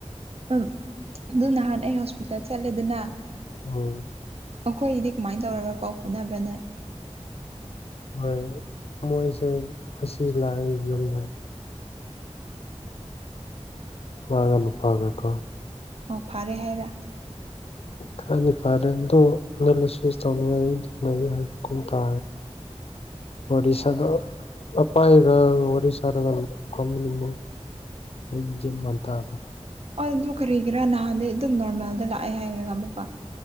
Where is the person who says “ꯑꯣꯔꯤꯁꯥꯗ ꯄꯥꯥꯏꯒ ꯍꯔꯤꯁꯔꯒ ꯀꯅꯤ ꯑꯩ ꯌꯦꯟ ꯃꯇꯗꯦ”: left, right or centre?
Left